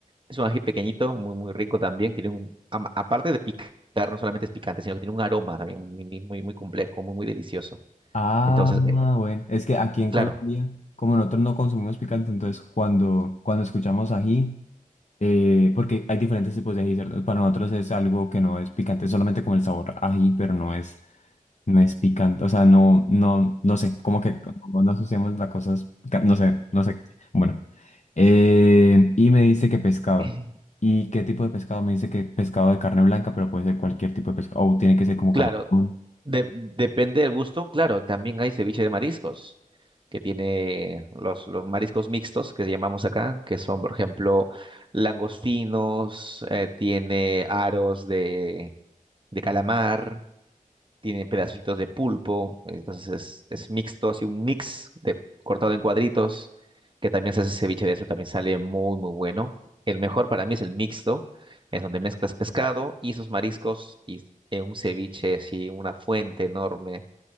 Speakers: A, on the right (about 35°); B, on the left (about 55°).
A: es un ají pequeñito, muy, muy rico también. Tiene un, am- aparte de picar, no solamente es picante, sino que tiene un aroma también muy, muy, muy muy complejo, muy, muy delicioso.
B: Ah,
A: Entonces, eh,
B: bueno, es que aquí en
A: claro,
B: Colombia, como nosotros no consumimos picante, entonces cuando, cuando escuchamos ají, eh, porque hay diferentes tipos de ají, ¿cierto? Para nosotros es algo que no es picante, es solamente como el sabor ají, pero no es, no es picante, o sea, no, no, no sé, como que no no asociamos las cosas, pica- no sé, no sé, bueno. Eh, y me dice que pescado.
A: <laughs>
B: ¿Y qué tipo de pescado? Me dice que pescado de carne blanca, pero puede ser cualquier tipo de pescado, o tiene que ser como
A: claro,
B: camarón.
A: de- depende del gusto. Claro, también hay ceviche de mariscos, que tiene los, los mariscos mixtos, que llamamos acá, que son, por ejemplo, langostinos, eh, tiene aros de, de calamar. tiene pedacitos de pulpo, entonces es, es mixto, así un mix de cortado en cuadritos, que también se hace ceviche de eso, también sale muy, muy bueno. El mejor para mí es el mixto, es donde mezclas pescado y sus mariscos y en un ceviche, así, una fuente enorme